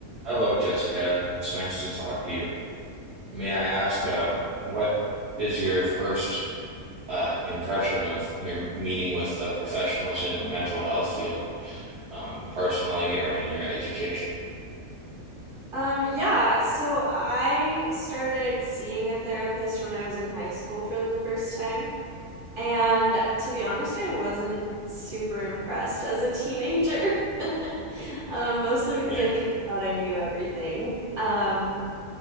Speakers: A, on the right (about 55°); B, on the right (about 40°).
A: Hello, Jessica. It's nice to talk to you. May I ask, uh, what is your first uh, impression of your meeting with the professionals in the mental health field, um, personally or in your education?
B: Um, yeah, so I started seeing a therapist when I was in high school for the first time. And to be honest, I wasn't super impressed as a teenager. <laughs> Um, mostly because
A: Yeah,
B: I think I thought I knew everything. Um,